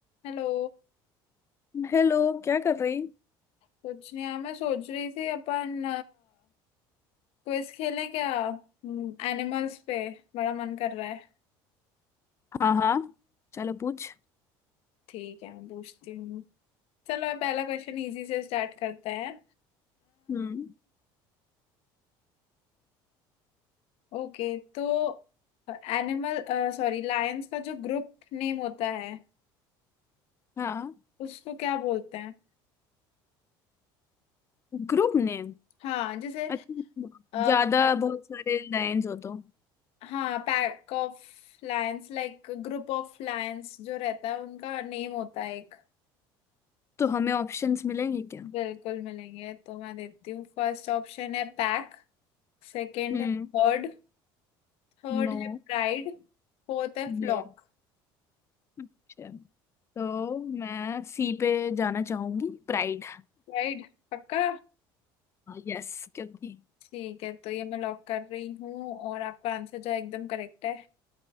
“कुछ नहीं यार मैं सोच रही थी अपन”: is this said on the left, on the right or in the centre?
Left